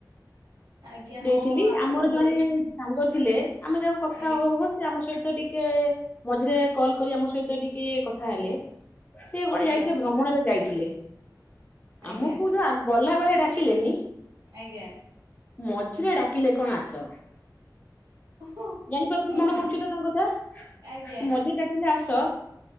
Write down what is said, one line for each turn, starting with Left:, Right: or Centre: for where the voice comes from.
Right: ଆଜ୍ଞା
Left: ଦେଇଥିଲି।
Right: ହଁ ଆପଣ
Left: ଆମର
Right: ଦୋଳି
Left: ଜଣେ ସାଙ୍ଗ ଥିଲେ ଆମେ ଯୋଉ କଥା
Right: ଆଜ୍ଞା
Left: ହୋଉ ହୋଉ ସେ ଆମ ସହିତ ଟିକେ ମଝିରେ କଲ୍ କରି ଆମ ସହିତ ଟିକେ କଥା ହେଲେ। ସେ ଗୋଟେ
Right: ଆଜ୍ଞା
Left: ଯାଇଥିଲେ ଭ୍ରମଣରେ ଯାଇ ଥିଲେ।
Right: ଆଜ୍ଞା
Left: ଆମକୁ ତ ଆ ଗଲାବେଳେ ଡାକିଲେନି
Right: ଆଜ୍ଞା
Left: ମଝିରେ ଡାକିଲେ କଣ ଆସ।
Right: ଓହୋ
Left: ଜାଣିପାରୁଚି
Right: ଓହୋ
Left: ମନେ ପଡୁଚି ତ ତାଙ୍କ କଥା।
Right: ଆଜ୍ଞା
Left: ସେ ମଝିରେ ଡାକିଲା ଆ ସ